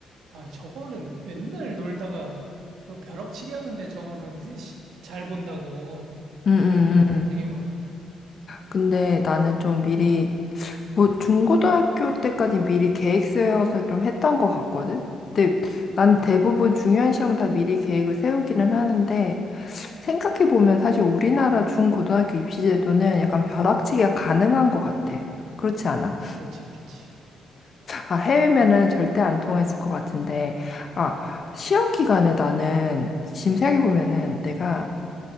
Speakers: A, on the right (about 80°); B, on the left (about 45°).
A: 아, 저거는 맨날 놀다가 어, 벼락치기 하는데 저거는 이제 시- 잘 본다고
B: 음, 음,
A: 그럴 경우를
B: 음. 음.
A: 되게 많아.
B: 근데 나는 좀 미리, 뭐, 중고등학교 때까지 미리 계획 세워서 좀 했던 것 같거든? 근데 난
A: 응,
B: 대부분 중요한 시험은 다 미리 계획을 세우기는 하는데, 생각해보면 사실 우리나라 중고등학교 입시 제도는 약간 벼락치기가 가능한 것 같아. 그렇지 않아?
A: 그렇지, 그렇지.
B: 아, 해외면은 절대 안 통했을 것 같은데, 아, 시험 기간에 나는, 지금 생각해보면은 내가,